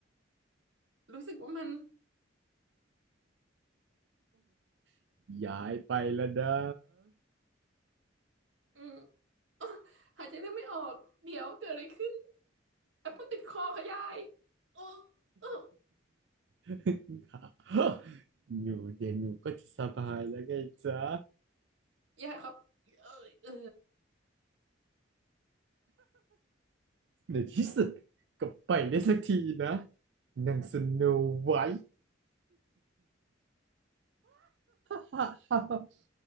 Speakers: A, on the right (about 80°); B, on the right (about 65°).
A: รู้สึกว่ามัน
B: <laughs> ย้ายไปแล้วนะ
A: อืมอ๊ะหายใจได้ไม่ออกเดี๋ยวเกิดอะไรขึ้นแอปเปิลติดคอค่ะยายโอ้เออ
B: <laughs> หนูเดี๋ยวหนูก็จะสบายแล้วไงจ๊ะ
A: ยายครับเออเออ
B: ในที่สุดก็ไปได้สักทีนะนางสโนไวท์ <laughs>